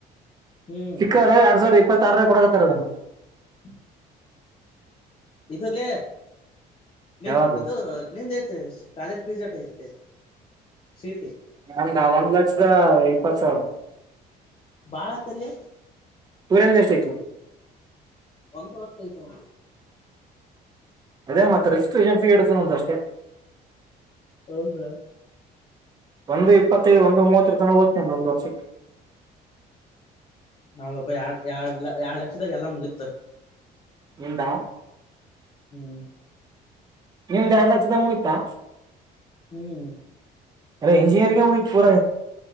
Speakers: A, on the left (about 35°); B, on the right (about 25°).
A: ಹ್ಮ್
B: ಸಿಕ್ಕರ್ ಎರಡ್ ಸಾವಿರದ ಇಪ್ಪತ್ತ ಆಾರ ಕೊಡಕತ್ತಾರದ
A: ಹ್ಮ ಇಲ್ಲ ನಿನ್
B: ಯಾವಾಗ
A: ಇದು ನಿಂದಐತೆ ಕಾಲೇಜ್ ಪಿಜ ಟ ಐತೆ ಸೀಟಿ
B: ನಮ್ದ ಒಂದ್ ಲಕ್ಷದ ಇಪತ್ತು ಸಾವಿರ
A: ಬಾಳತ್ತಲ್ಲೆ
B: <unintelligible>
A: ಒಂದು ಹತ್ತೈತು ಅವಂದು
B: ಅದೇ ಮತ್ತೆ ರಿಜಿಸ್ಟ್ರಷನ್ ಫೀ ಇಡತಂದ ಅಷ್ಟೇ
A: ಹೌದಾ
B: ಒಂದು ಇಪ್ಪತ್ತ ಒಂದು ಮೂವಟ್ರು ತನ ನಂಬರ್ <unintelligible>
A: ನಾವಪ್ಪ ಯಾರ್ ಎರಡು ಲಕ್ಷದಾಗ ಎಲ್ಲ ಮುಗಿತ
B: ನಿಂದ
A: ಹ್ಮ್
B: ನಿಮ್ದ ಎರಡು ಲಕ್ಷದ ಮುಗಿತಾ
A: ಹ್ಮ್
B: ಎಲ್ಲ ಇಂಜಿನಿಯರಿಂಗೋಗ ಪೂರ